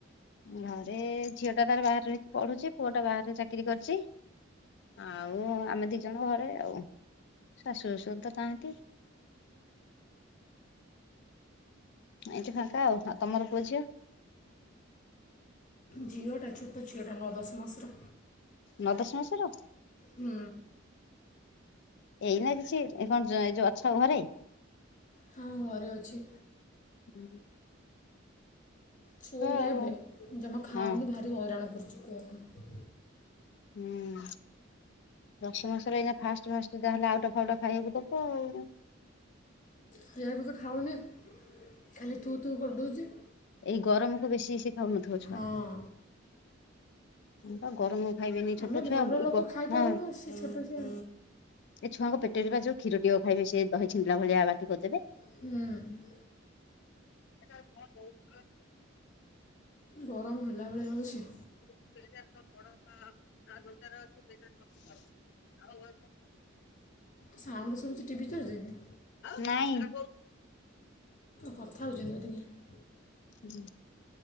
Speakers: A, on the left; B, on the left.
A: ଘରେ ଝିଅଟା ତାର ବାହାରେ ରହିକି ପଢୁଚି। ପୁଅ ଟା ବାହାରେ ଚାକିରି କରିଚି। ଆଉ ଆମେ ଦି ଜଣ ଘରେ ଆଉ ଶାଶୁ ଶଶୁର ତ ନାହାଁନ୍ତି। ଏଇଠି ଫାଙ୍କା ଆଉ। ଆଉ ତମର ପୁଅ ଝଅ?
B: ଝିଅଟା ଛୋଟ ଝିଅଟା ନଅ ଦଶମାସର।
A: ନଅ ଦଶ ମାସର?
B: ହୁଁ।
A: ଏଇନା କିଛି ଏ କଣ ଏ ଯୋ ଅଛ ଘରେ?
B: ହଁ ଘରେ ଅଛି।
A: ହୁଁ।
B: ଶୋଇଲା
A: ଆଉ
B: ଏବେ ଜମା ଖାଉନି
A: ହଁ
B: ଭାରି ହଇରାଣ କରୁଛି କୁହନି।
A: ହୁଁ। ଦଶ ମାସର ଏଇନା ଫାଷ୍ଟ ଫାଷ୍ଟ ଯାହେଲେ ଆଉଟା ଫାଉଟ ଖାଇବାକୁ ଦବ ଆଉ।
B: ସେଇଆକୁ ତ ଖାଉନି ଖାଲି ତୁ ତୁ କରିଦେଉଚି।
A: ଇ ଗରମକୁ ବେଶୀ ସେ ଖାଉନଥିବ ଛୁଆ
B: ହଁ
A: ତ ଗରମ ଖାଇବେନି ଛୋଟ
B: ଆମେ
A: ଛୁଆ
B: ଭଲ
A: ଏଇ
B: ଲୋକ
A: ହଁ
B: ଖାଇପାରୁନୁ
A: ହଁ
B: ସେ ଛୋଟ ଛୁଆ
A: ସେ ଛୁଆଙ୍କ ପେଟରେ ବା ଯଉ କ୍ଷୀର ଟିଏ ଖାଇବେ ସେ ଦହି ଛିଣ୍ଡିଲା ଭଳିଆ ବାନ୍ତି କରିଦେବେ।
B: ହୁଁ।
A: <unintelligible>
B: ଗରମ ହେଲାଭଳିଆ ହଉଚି।
A: <unintelligible>
B: ସାଉଣ୍ଡ ଶୁବୁଚି ଟି ଭି ଚାଲିଚି କି?
A: ନାଇଁ।
B: କଥା ହେଉଚନ୍ତି ବୋଧେ କିଏ?
A: ହୁଁ।